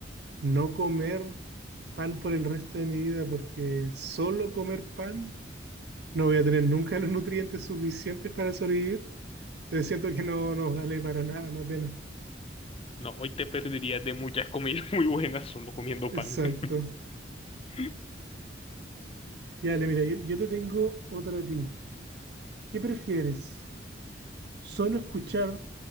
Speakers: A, on the right; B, on the left.
A: no comer pan por el resto de mi vida, porque solo comer pan no voy a tener nunca los nutrientes suficientes para sobrevivir, entonces siento que no nos vale para nada la pena.
B: No, hoy te perderías de muchas comidas <laughs> muy buenas solo comiendo
A: Exacto.
B: pan. <laughs>
A: Y dale, mira, yo, yo te tengo otra a ti. ¿Qué prefieres? ¿Solo escuchar